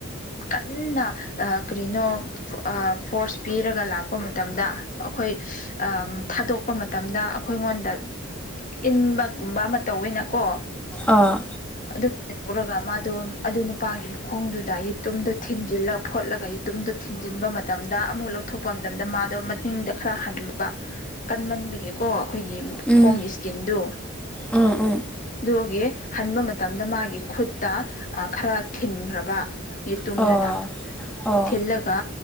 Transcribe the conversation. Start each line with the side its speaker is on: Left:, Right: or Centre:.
Left: ꯀꯟꯅ ꯀꯔꯤꯅꯣ ꯐꯣꯔꯁ ꯄꯤꯔꯒ ꯂꯥꯛꯄ ꯃꯇꯝꯗ ꯑꯩꯈꯣꯏ ꯑ ꯊꯥꯗꯣꯛꯄ ꯃꯇꯝꯗ ꯑꯩꯈꯣꯏꯉꯣꯟꯗ ꯏꯟꯕꯒꯨꯝꯕ ꯑꯃ ꯇꯧꯋꯦꯅꯀꯣ
Centre: ꯑꯣ
Left: ꯑꯗꯨꯃꯥꯏꯅ ꯇꯧꯔꯒ ꯃꯥꯗꯣ ꯑꯗꯨ ꯅꯨꯄꯥꯒꯤ ꯃꯈꯣꯡꯗꯨꯗ ꯌꯦ ꯇꯨꯝꯗꯣ ꯊꯤꯟꯖꯤꯜꯂ ꯐꯣꯠꯂꯒ ꯑꯩ ꯇꯨꯝꯗꯣ ꯊꯤꯟꯖꯤꯟꯕ ꯃꯇꯝꯗ ꯑꯃꯨꯛ ꯂꯧꯊꯣꯛꯄ ꯃꯇꯝꯗ ꯃꯥꯗꯣ ꯃꯇꯤꯡꯗ ꯈꯔ ꯍꯟꯕ ꯀꯟꯃꯟꯕꯒꯤꯀꯣ ꯑꯩꯈꯣꯏꯒꯤ
Centre: ꯎꯝ
Left: ꯈꯣꯡ ꯏꯁꯀꯤꯟꯗꯨ
Centre: ꯎꯝ ꯎꯝ
Left: ꯑꯗꯨꯒꯤ ꯍꯟꯕ ꯃꯇꯝꯗ ꯃꯥꯒꯤ ꯈꯨꯠꯇ ꯈꯔ ꯊꯤꯟꯈ꯭ꯔꯕ ꯌꯦꯇꯨꯝꯗꯨꯅ
Centre: ꯑꯣ ꯑꯣ
Left: ꯊꯤꯜꯂꯒ